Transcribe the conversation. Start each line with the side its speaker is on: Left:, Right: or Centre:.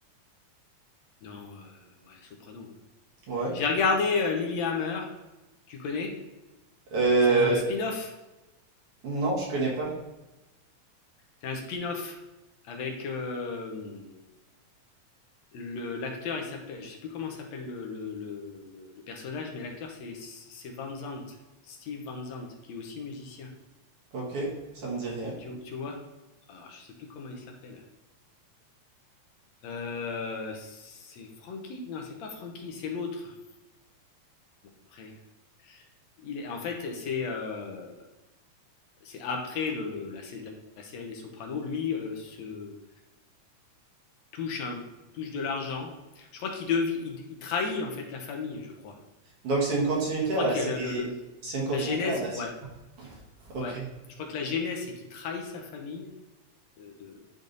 Left: Non, euh, ouais, Soprano. hein.
Right: Ouais.
Left: J'ai regardé euh, Lilyhammer. Tu connais?
Right: Euh,
Left: C'est un spin-off.
Right: non, je connais pas.
Left: C'est un spin-off avec euh, le l'acteur. Il s'appelle, je sais plus comment s'appelle le, le- le- le- personnage, mais l'acteur c'est c'est Van Zandt, Steve Van Zandt, qui est aussi musicien.
Right: Ok, ça me dit rien.
Left: Tu, tu vois? Alors, je sais plus comment il s'appelle. Euh, c'est Frankie? Non, c'est pas Frankie, c'est l'autre. Bon, après, Il est, en fait, c'est euh, c'est après le, le- la, sé- la- la série des Sopranos, lui euh, se touche un, touche de l'argent. Je crois qu'il devient, il, il trahit en fait la famille, je crois.
Right: Donc c'est une continuité
Left: Je crois
Right: à la
Left: que
Right: série.
Left: le, le- le- le-
Right: C'est une continuité
Left: la genèse,
Right: à la série.
Left: ouais,
Right: Ok.
Left: ouais. Je crois que la genèse, c'est qu'il trahit sa famille de, de-